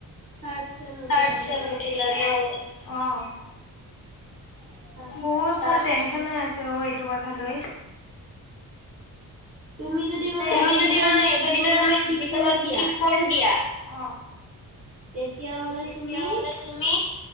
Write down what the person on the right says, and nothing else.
থাৰ্ড চেম
উঠিলা
ন?
আচ্ছা,
তুমি যদি মানে
এইকেইদিনৰ
ভিতৰত
ঠিক কৰি দিয়া
তেতিয়াহ'লে
তুমি